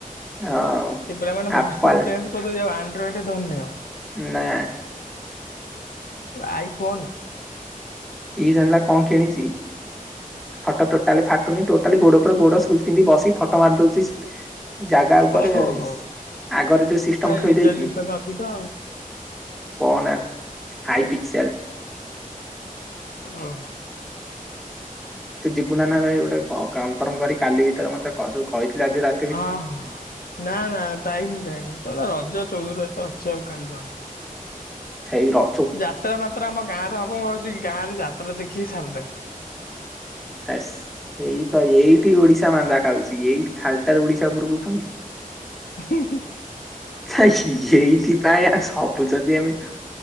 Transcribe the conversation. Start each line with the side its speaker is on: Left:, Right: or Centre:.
Centre: ହଁ।
Left: ସେ ପିଲା ମାନେ ଭର୍ସନ
Centre: ଆପଲ
Left: ଚେଞ୍ଜ କରିଦେଉଚି ଆଣ୍ଡ୍ରଏଡ ଧରନୁ ଆଉ।
Centre: ନା।
Left: IPhone.
Centre: କିଏ ଜାଣିଲା କଣ କିଣିଚି? ଫଟୋ ଟୋଟାଲି ଫାଟୁନି ଟୋଟାଲି ଗୋଡ ଉପରେ ଗୋଡ ସୁ ପିନ୍ଧି ବସି ଫଟ ମାରି ଦଉଚି। ଜାଗା ଉପରେ
Left: ଓହୋ ହୋ
Centre: ଆଗରେ ଯୋଉ ସିଷ୍ଟମ
Left: ପୁରା
Centre: ଥୋଇ
Left: ରିଜଲ୍ୟୁସନ
Centre: ଦେଇକି।
Left: ଅଧିକ ଆଉ
Centre: କହନା ହାଇ ପିକସିଆଲ।
Left: ଓଁ
Centre: ତୁ ଯିବୁ ନା ନା ଭାଇ ଗୋଟେ ଙ୍କ କନଫର୍ମ କରି କାଲି ଭିତରେ ମତେ କହସବୁ। କହିଥିଲି ଆଜି ରାତ୍
Left: ହଁ ହଁ ନା ନା ଟାଇମ କାଇଁ ତ ରଜ ଚଉଦ ତାରିଖ ଅଛି ଆଉ କାଲି କଣ।
Centre: ହେଇ ର
Left: ଯାତ୍ରା ମାତ୍ରା ଆମ ଗାଁ ରେ ହବ ମୁଁ ଭାବୁଛି ଗାଁ ରେ ଯାତ୍ରା ଦେଖିକି ସାରିଦେମି।
Centre: ଆ ଏଇ ତ ଏଇଠି ଓଡିଶା ମାନ୍ଦା ଖାଉଛି ଏଇଠି ଖାଲଟାର ଓଡିଶା ଉପୂରକୁ ଉଠୁନି।
Left: ହୁଁହୁଁ।
Centre: ଏଇଥିପାଇଁ ଆ ସବୁ ଯଦି ଏମିତ୍।